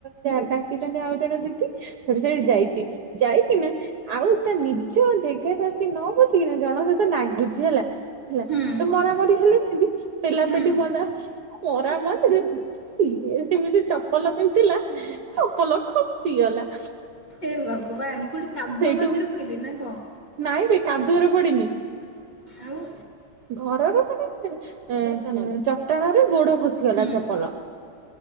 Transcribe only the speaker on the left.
ହୁଁ
ହୁଁ।
ଏ ଭଗବାନ କୋଉଠି କାଦୁଅ
ଫାଦୁଅରେ ପଇଲେ ନା କଣ?
ଆଉ।
ହୁଁ